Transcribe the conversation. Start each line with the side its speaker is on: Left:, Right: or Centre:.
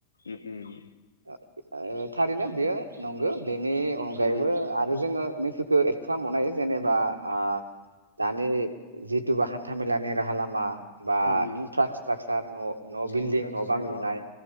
Left: उम
Right: ओ थारैनो बेयो नंगो बेनि अनगायैबो
Left: उम
Right: आरो जोङो नै <unintelligible> खो एड खालामबावनो हायो जेनोबा आ दानि जितुबा हान्थामेलानि राहा लामा बा
Left: उम उम
Right: इनफ्रासट्राकसार न' न' बिल्डिं
Left: इनफ्रास्ट्राकसार
Right: न' बां लुनाय
Left: अ